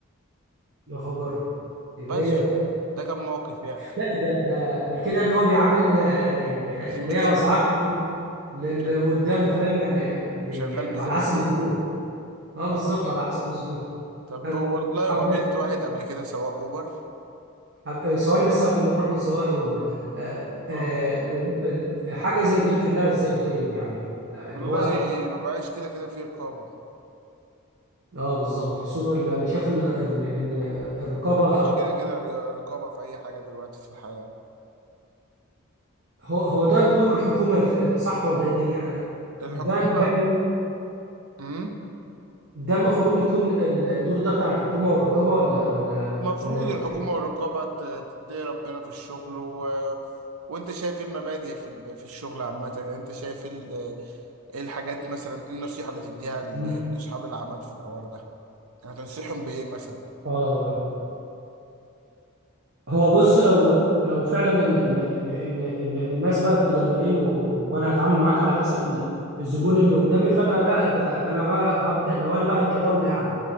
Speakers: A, on the right; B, on the right.
A: يا خبر ازاي
B: بس
A: ده
B: ده كان موقف يعني
A: لا ده ده ده كده اللي هو بيعامل آه، يعني آه،
B: بذمتين
A: اللي هي الاسعار بال- للي
B: شغ-
A: قدامه فاهم يعني آه، بي
B: شغال
A: آه،
B: بذمتين
A: على حسب الزبون اه بالظبط
B: طبعا
A: على حسب الزبون
B: طب
A: أب-
B: والله
A: أب-
B: وقابلت واحد قبل كده سواق اوبر
A: أب- آه، ثواني بس قبل ما نروح لسواق الاوبر آه، آه،
B: اه
A: لو ال- حاجه زي دي نحلها ازاي طيب يعني لا،
B: والله
A: اللي هو
B: ما بقاش كده كده في رقابة
A: اه بالظبط سوء اللي انا شايف ان ان ان الرقابه
B: مفيش كده كده ري- رقابة في أي حاجة دلوقتي في الحياة
A: هو هو ده دور الحكومه الف- آه، صح ولا ايه الدنيا
B: الحكومة
A: ده باين
B: امم
A: ده المفروض يكون الدور ده بتاع الحكومه والرقابه ولا ولا
B: المفروض
A: ولا في
B: الحكومة
A: إيه؟
B: والرقابة ت- تتقي ربنا في الشغل و... وأنت شايف إيه المبادئ في ال... في الشغل عامة يعني أنت شايف ال... ايه الحاجات مثلا ايه النصيحة اللي تديها ل-
A: مم.
B: لاصحاب العمل في الحوار ده يعني تنصحهم بايه مثلا
A: اه هو بص لو لو فعلا ان ان ان ان, إن الناس بقت بضميرين و... وانا هتعامل معاك على حسب ال- الزبون اللي قدامي فانا لا ده انا بقى هبدا لو انا بقى كدوله يعني